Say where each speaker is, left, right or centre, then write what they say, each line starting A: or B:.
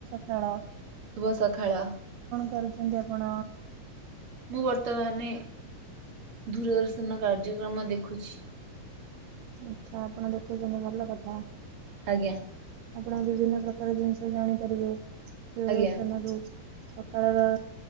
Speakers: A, on the right; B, on the right.
A: ଖେଳ
B: ଶୁଭ ସଖାଳ।
A: କରୁଛନ୍ତି ଆପଣ?
B: ମୁଁ ବର୍ତ୍ତମାନେ ଦୂରଦର୍ଶନ କାର୍ଯ୍ୟକ୍ରମ ଦେଖୁଛି।
A: ଆଚ୍ଛା ଆପଣ ଦେଖୁଚନ୍ତି ଭଲ କଥା।
B: ଆଜ୍ଞା।
A: ଆପଣ ବିଭିନ୍ନ ପ୍ରକାର ଜିନିଷ ଜାଣିପାରିବେ ଦୂରଦର୍ଶନରୁୁ।
B: ଆଜ୍ଞା
A: ସକାଳର